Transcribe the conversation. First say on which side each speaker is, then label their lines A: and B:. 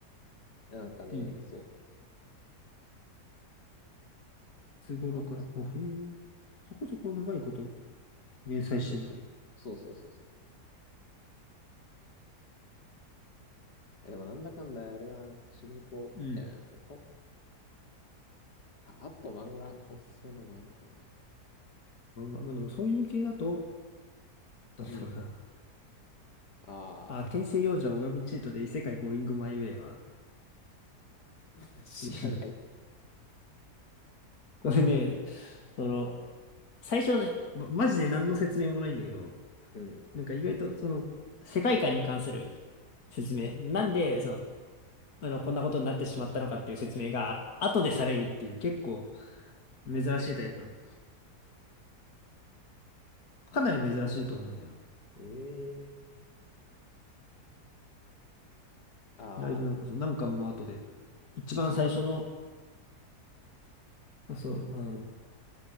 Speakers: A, on the left (about 85°); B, on the left (about 65°).
A: やなんかね、
B: いいね。い
A: そ
B: つ頃から。
A: う。あとは、
B: あ、へえ。そこそこ長いこと連載してんだね。
A: そう。そうそうそうそう。え、でもなんだかんだあれだな、主人公、
B: うん。
A: えー、こ、あ、あと漫画おすすめなのあるかな。
B: 漫画まあでもそういう系だと、なんだろうな。
A: うん。ああ、
B: あ、転生幼女およびチートで異世界ゴーイングマイウェイが、っ
A: <laughs> 知らない。
B: ていうこれね、その、最初はね、まマジで何の説明もないんだけど、
A: うん。
B: なんか意外とその、世界観に関する説明。なんで、その、あの、こんなことになってしまったのかっていう説明が、後でされるっていう結構珍しいタイプの。かなり珍しいと思うんだよな。
A: ええー。ああ、
B: ライブなんかそう、何巻も後で。一番最初の、そう、あの、